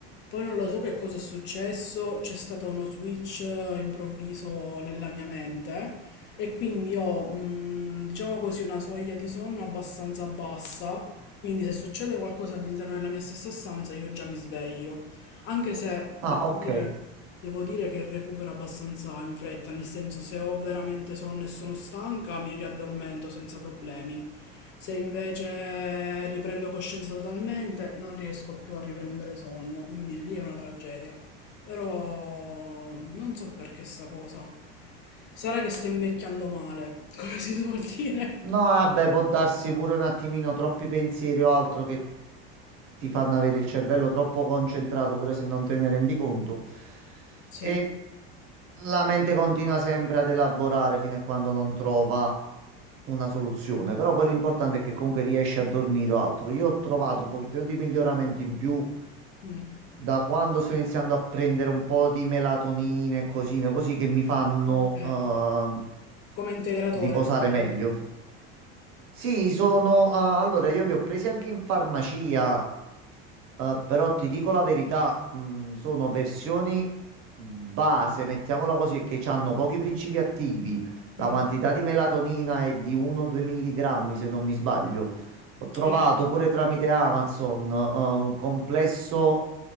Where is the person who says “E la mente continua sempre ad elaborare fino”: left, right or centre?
Right